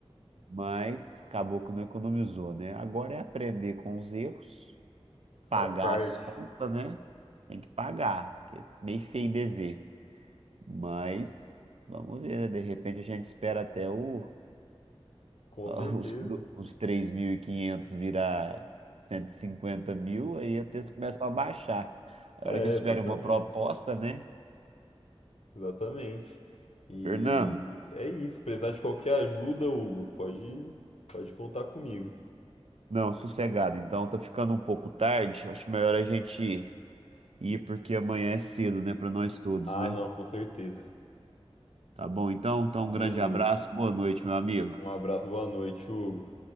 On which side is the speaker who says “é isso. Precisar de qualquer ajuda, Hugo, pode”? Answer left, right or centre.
Left